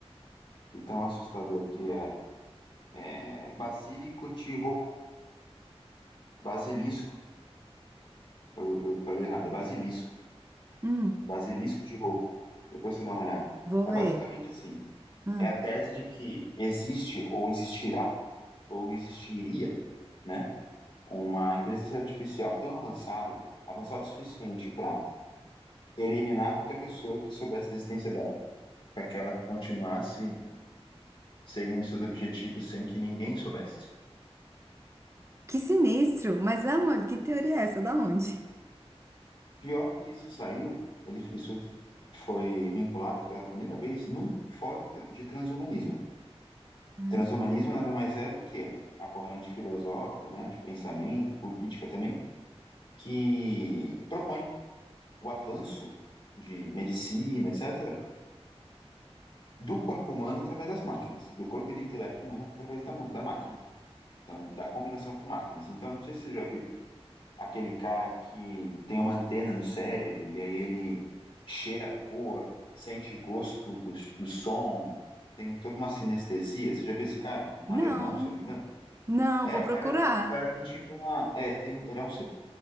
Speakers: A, on the left (about 50°); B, on the right (about 25°).
A: de tão assustador que é, é basílico de roco, basilisco, eu, eu falei errado, é basilisco,
B: Hum.
A: basilisco de roco, depois você dá uma olhada.
B: Vou
A: É
B: ver.
A: basicamente assim,
B: Ah,
A: é a tese de que existe ou existirá ou existiria, né, uma inteligência artificial tão avançada, avançada o suficiente para eliminar qualquer pessoa que soubesse da existência dela, para que ela continuasse seguindo seus objetivos sem que ninguém soubesse.
B: que sinistro! Mas aonde? Que teoria é essa? Da onde?
A: Pior que isso saiu, ele, isso foi vinculado pela primeira vez num fórum de transhumanismo.
B: Ah,
A: Transhumanismo nada mais é do que a corrente filosófica, né, de pensamento, política também, que propõe o avanço de medicina, etc., do corpo humano através das máquinas, do corpo e do intelecto humano através da, da máquina, então, da combinação com máquinas. Então, não sei se você já viu aquele cara que tem uma antena no cérebro e aí ele cheira a cor, sente gosto do, do som, tem toda uma sinestesia. Você já viu esse cara? Um
B: não,
A: alemão, se eu não me engano?
B: não,
A: É,
B: vou
A: o
B: procurar.
A: cara, te- o cara tem tipo uma. É, ele tem. Ele é um. ci-